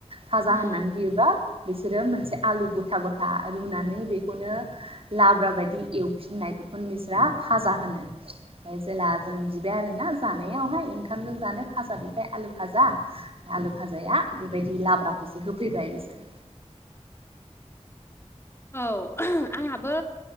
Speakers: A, on the right; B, on the left.
A: थाजा
B: उम
A: होननानै बियोबा बिसोरो मोनसे आलु गथा-गथा रुनानै बेखौनो लाब्रा बायदि एवफिननाय बेखौनो बिसोरा फाजा होनो। ओमफ्राय जेला जों बिबाय आरोना जानायावहाय ओंखामजों जानो फाजा बिबाय आलु फाजा, आलु भाजाया बेबायदि लाब्राखौसो होफैबाय बिसोरो।
B: ओ ओह आंहाबो